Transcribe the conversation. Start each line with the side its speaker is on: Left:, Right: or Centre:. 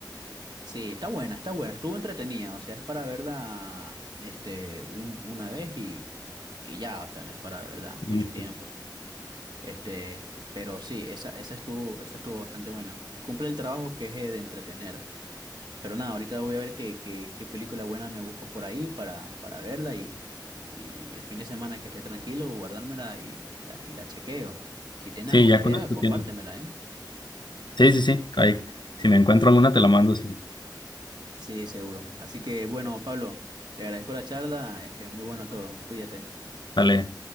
Right: Sí, está buena, está buena, estuvo entretenida, o sea, es para verla este, un- una vez y, y ya, o sea, no es para verla mucho
Left: Y
Right: tiempo. Este, pero sí, esa, esa estuvo, esa estuvo bastante buena. Cumple el trabajo que es eh, de entretener. Pero nada, ahorita voy a ver qué, qué, qué película buena me busco por ahí para, para verla y, y el fin de semana que esté tranquilo, guardármela y, y la, y la chequeo. Si tienes
Left: sí,
Right: alguna
Left: ya
Right: idea,
Left: con esto
Right: compártemela,
Left: tiene.
Right: ¿eh?
Left: Sí, sí, sí. Ahí, si me encuentro alguna, te la mando. Sí.
Right: Sí, seguro. Así que bueno, Pablo, te agradezco la charla, este, muy bueno todo. Cuídate.
Left: Dale.